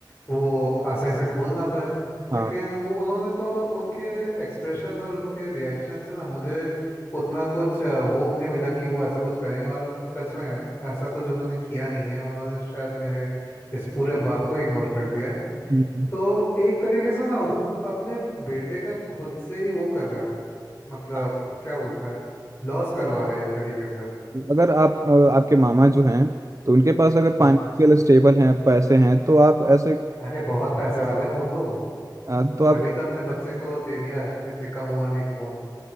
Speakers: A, on the left; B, on the right.
A: वो आसानी से खोल ना पाए लेकिन
B: हाँ
A: वो उन्होंने तो उनके एक्सप्रेशंस और उनके रिएक्शन से ना मुझे उतना कुछ होप नहीं मिला कि वो ऐसा कुछ करेंगे और सच में ऐसा कुछ उन्होंने किया नहीं है उन्होंने शायद मेरे इस पूरे बात को इग्नोर कर दिया
B: हम्म। हम्म,
A: तो एक तरीके से ना वो अपने बेटे का खुद से ही वो कर रहे हैं मतलब
B: हाँ।
A: क्या बोलते हैं लॉस करवा रहे हैं एक तरीके से
B: तो अगर आप अ, आपके मामा जो हैं तो उनके पास अगर फाइनेंशियल
A: हाँ
B: स्टेबल हैं पैसे हैं तो आप ऐसे
A: अरे बहुत पैसे वाले हैं वो तो
B: अ, तो आप
A: तभी तो अपने बच्चे को दे दिया इतनी कम उम्र में एक फोन